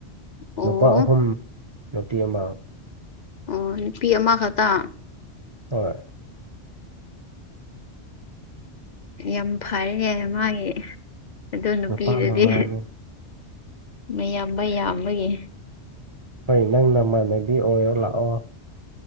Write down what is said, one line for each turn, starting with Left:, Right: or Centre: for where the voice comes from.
Left: ꯑꯣ
Right: ꯅꯨꯄꯥ ꯑꯍꯨꯝ ꯅꯨꯄꯤ ꯑꯃ
Left: ꯑꯣ ꯅꯨꯄꯤ ꯑꯃꯈꯛꯇ
Right: ꯍꯣꯏ
Left: ꯌꯥꯝ ꯐꯔꯦꯅꯦ ꯃꯥꯒꯤ ꯑꯗꯨ ꯅꯨꯄꯤꯗꯨꯗꯤ
Right: ꯅꯨꯄꯥ ꯃꯉꯥꯅꯦ
Left: ꯃꯌꯥꯝꯕ ꯌꯥꯝꯕꯒꯤ
Right: ꯍꯣꯏ ꯅꯪ ꯅꯃꯥꯟꯅꯕꯤ ꯑꯣꯏꯔꯣ ꯂꯥꯛꯑꯣ